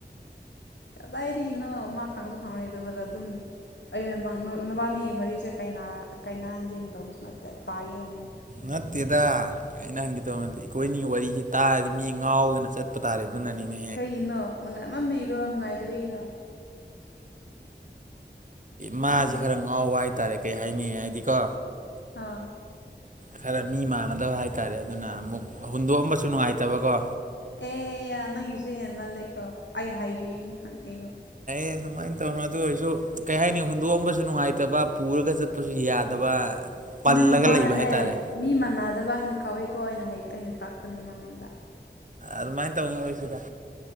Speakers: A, on the left; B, on the right.
A: ꯀꯗꯥꯏꯔꯤꯅꯣ ꯃꯥ ꯈꯪꯁꯨ ꯈꯪꯉꯥꯔꯣꯏꯗꯕꯗꯥ ꯑꯗꯨꯝ ꯑꯩꯅ ꯅꯣꯏ ꯅꯕꯥꯅꯤꯒꯤ ꯃꯔꯤꯁꯦ ꯀꯥꯏꯅꯥ ꯀꯥꯏꯅꯥꯍꯟꯒꯦꯅ ꯇꯧꯕꯁꯨ ꯅꯠꯇꯦ ꯇꯥꯒꯦ ꯍꯥꯏꯕꯅꯤ
B: ꯅꯠꯇꯦꯗꯥ ꯀꯥꯏꯅꯍꯟꯒꯦ ꯇꯧꯕ ꯅꯠꯇꯦ ꯑꯩꯈꯣꯏꯅꯤꯒꯤ ꯋꯥꯔꯤꯁꯤ ꯇꯥꯔꯗꯤ ꯃꯤ ꯉꯥꯎꯗꯅ ꯆꯠꯄ ꯇꯥꯔꯦ ꯑꯗꯨꯅꯅꯤꯅꯦ
A: ꯀꯩꯒꯤꯅꯣ ꯅꯨꯡꯉꯥꯏꯃꯟꯕꯒꯤꯔꯣ ꯅꯨꯡꯉꯥꯏꯇꯥꯕꯒꯤꯔꯣ
B: ꯃꯥꯁꯤ
A: ꯍꯣꯏꯗ
B: ꯈꯔ ꯉꯥꯎꯕ ꯍꯥꯏꯇꯥꯔꯦ ꯀꯩ ꯍꯥꯏꯅꯤ ꯍꯥꯏꯗꯤꯀꯣ
A: ꯍꯥꯥ
B: ꯈꯔ ꯃꯤ ꯃꯥꯟꯅꯗꯕ ꯍꯥꯏꯇꯥꯔꯦ ꯑꯗꯨꯅ ꯑꯃꯨꯛ ꯍꯨꯟꯗꯣꯛꯑꯝꯕꯁꯨ ꯅꯨꯡꯉꯥꯏꯇꯕꯀꯣ
A: ꯑꯦ ꯌꯥ ꯅꯪꯒꯤꯁꯨ ꯍꯦꯟꯃꯜꯂꯦꯀꯣ ꯑꯩ ꯍꯥꯏꯕꯤꯔꯥꯅꯤ ꯍꯪ ꯌꯦꯡꯉꯣ
B: ꯑꯦ ꯑꯗꯨꯃꯥꯏꯅ ꯇꯧꯅꯣ ꯑꯗꯨ ꯑꯣꯏꯔꯁꯨ ꯀꯩ ꯍꯥꯏꯅꯤ ꯍꯨꯟꯗꯣꯛꯑꯝꯕꯁꯨ ꯅꯨꯡꯉꯥꯏꯇꯕ ꯄꯨꯔꯒ ꯆꯠꯄꯁꯨ ꯌꯥꯗꯕ ꯄꯜꯂꯒ
A: ꯅꯪꯕꯨ ꯃꯥꯅꯅꯦ
B: ꯂꯩꯕ ꯍꯥꯏꯇꯥꯔꯦ
A: ꯃꯤ ꯃꯥꯟꯅꯗꯕ ꯍꯥꯏꯅ ꯀꯥꯎꯏꯀꯣ ꯑꯩꯅ ꯍꯥꯏ ꯑꯩꯅ ꯇꯥꯛꯄꯅꯦ ꯃꯥꯉꯣꯟꯗ
B: ꯑꯗꯨꯃꯥꯏꯟ ꯇꯧꯅꯔꯣꯏꯁꯤꯗ